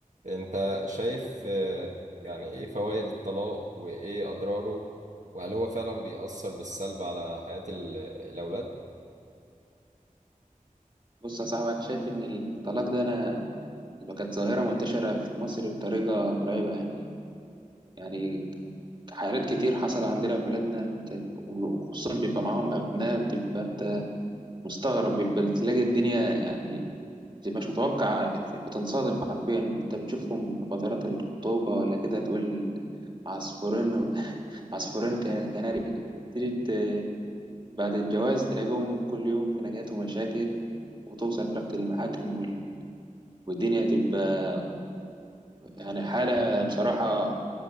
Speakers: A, on the right; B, on the right.
A: انت شايف آه، يعني ايه فوائد الطلاق وايه اضراره وهل هو فعلا بيأثر بالسلب على حياة ال- الاولاد
B: بص يا صاحبي انا شايف ان الطلاق ده انا كانت ظاهره منتشره في مصر بطريقه مرعبه يعني يعني حالات كتير حصل عندنا في بلادنا وخصوصا بيبقى معاهم ابناء بتبقى انت مستغرب بيبقى تلاقي الدنيا يعني مش متوقع بتنصدم حرفيا ان انت بتشوفهم في فترات الخطوبه ولا كده تقول عصفورين <laughs> عصفورين ك- كناري تيجي ت- بعد الجواز تلاقيهم كل يوم خناقات ومشاكل وتوصل لوقت المحاكم والدنيا هتبقى يعني حالة بصراحة